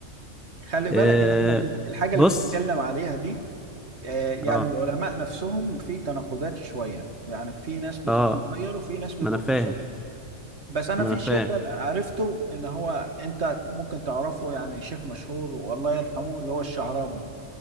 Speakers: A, on the right; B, in the centre.
A: خلي بالك
B: أه...
A: اللي احنا بنت... الحاجه
B: بص
A: اللي بنتكلم عليها دي آه، يعني
B: اه
A: العلماء نفسهم في تناقضات شوية يعني في ناس بتقول
B: اه
A: مخير وفي ناس
B: ما
A: بتقول
B: أنا فاهم
A: مسير بس أنا
B: ما
A: في
B: أنا فاهم
A: شيء أنا عرفته إن هو أنت ممكن تعرفه يعني شيخ مشهور والله يرحمه اللي هو الشعراوي